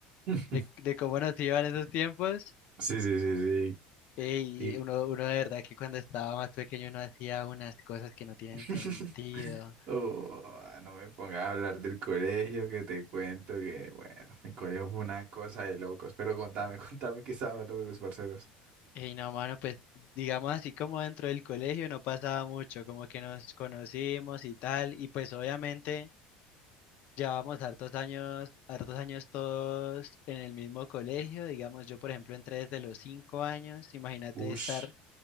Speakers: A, on the right; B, on the left.
A: <laughs>
B: de, de cómo nos iban esos tiempos.
A: Sí, sí, sí,
B: eh, Y
A: sí. Y
B: uno, uno de verdad que cuando estaba más pequeño uno hacía unas cosas que no tienen
A: <laughs>
B: sentido.
A: oh, no me pongas a hablar del colegio, que te cuento que, bueno, mi colegio fue una cosa de locos. Pero contame, <laughs> contame qué estaba hablando con tus parceros.
B: Y no, mano, pues digamos así como dentro del colegio no pasaba mucho, como que nos conocimos y tal. Y pues obviamente... Llevábamos hartos años, hartos años todos en el mismo colegio, digamos, yo por ejemplo entré desde los cinco años, imagínate
A: Ush,
B: estar